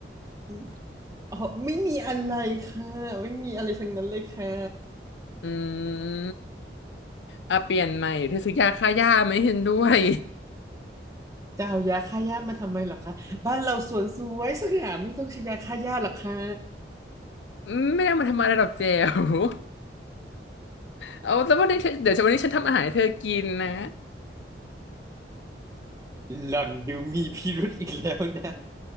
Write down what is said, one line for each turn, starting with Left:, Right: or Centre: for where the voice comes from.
Right: อืมอ๋อไม่มีอะไรค่ะไม่มีอะไรทั้งนั้นเลยค่ะ
Left: อืมอ่ะเปลี่ยนใหม่เธอซื้อยาฆ่าหญ้าไหมเห็นด้วย
Right: จะเอายาฆ่าหญ้ามาทำไมเหรอคะบ้านเราสวนสวยสง่าไม่ต้องใช้ยาฆ่าหญ้าหรอกค่ะ
Left: <laughs> อืมไม่ได้เอามาทำอะไรหรอกเจล <laughs> เอาแล้ววันนี้เธอเดี๋ยววันนี้ฉันทำอาหารให้เธอกินนะ
Right: หล่อนดูมีพิรุธอีกแล้วนะ